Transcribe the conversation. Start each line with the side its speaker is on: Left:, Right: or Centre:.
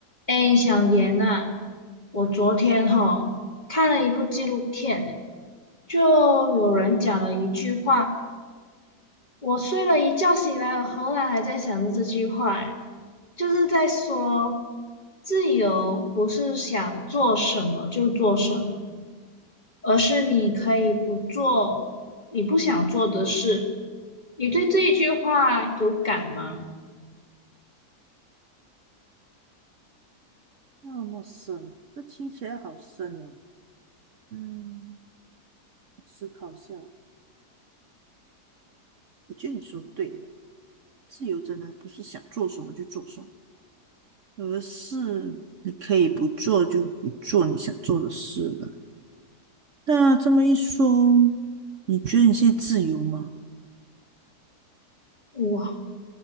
Left: 哎，小严啊，我昨天哈看了一部纪录片，就有人讲了一句话，我睡了一觉醒来，我后来还在想着这句话，哎就是在说自由不是想做什么就做什么，而是你可以不做你不想做的事。你对这一句话有感吗？
Right: 那么深，这听起来好深哦。嗯，我思考一下哦，我觉得你说对了，自由真的不是想做什么就做什么，而是你可以不做就不做你想做的事了。那这么一说，你觉得你现在自由吗？
Left: 我